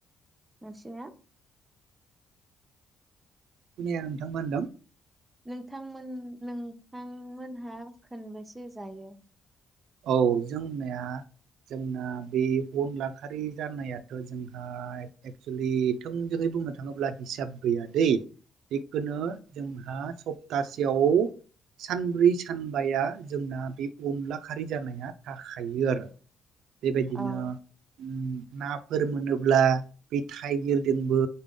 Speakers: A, on the right; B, on the right.
A: नोंसिनिया?
B: खोनाया नोंथां मा होनदों?
A: नोंथांमोन नोंथांमोनहा खनबेसे जायो?
B: औ जोंनिया जोंना बे अनला खारै जानायाथ' जोंहा एक्सुयेलि थोंजोङै बुंनो थाङोब्ला हिसाब गैया दे जेखुनु जोंहा सप्तासेयाव सानब्रै सानबाया जोंना बे अनला खारै जानाया थाखायो आरो। बेबायदिनो
A: औ
B: उम नाफोर मोनोब्ला बै थाइगिरजोंबो